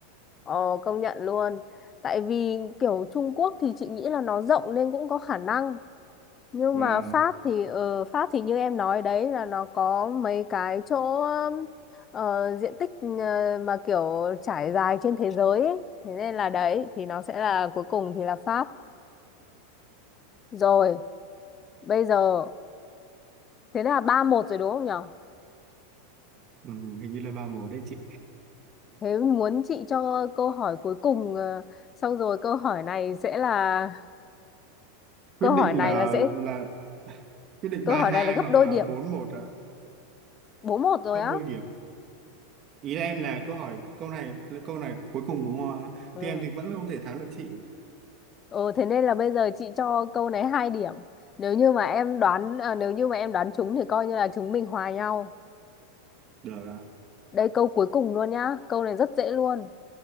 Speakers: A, on the left; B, on the right.
A: Ờ công nhận luôn Tại vì kiểu Trung Quốc thì chị nghĩ là nó rộng nên cũng có khả năng Nhưng
B: và
A: mà Pháp thì ờ, Pháp thì như em nói đấy là nó có mấy cái chỗ um, ờ, diện tích ờ, mà kiểu trải dài trên thế giới ấy. Thế nên là đấy thì nó sẽ là cuối cùng thì là Pháp Rồi bây giờ thế là ba một rồi đúng không nhở
B: ừ, hình như là 31 đấy chị.
A: Thế muốn chị cho câu hỏi cuối cùng ờ, xong rồi câu hỏi này sẽ là
B: Quyết
A: câu
B: định
A: hỏi này
B: là
A: là sẽ
B: là quyết định
A: Câu
B: ba
A: hỏi
B: hai
A: này là gấp
B: hoặc
A: đôi
B: là
A: điểm.
B: 41 ạ,
A: bốn một rồi
B: gấp
A: á.
B: đôi điểm. Ý là em là câu hỏi câu này là câu này cuối cùng đúng không ạ?
A: Ừ.
B: Thì em thì vẫn không thể thắng được chị.
A: Ừ, thế nên là bây giờ chị cho câu này 2 điểm. Nếu như mà em đoán à, nếu như mà em đoán trúng thì coi như là chúng mình hòa nhau.
B: Được ạ.
A: Đây câu cuối cùng luôn nhá. Câu này rất dễ luôn.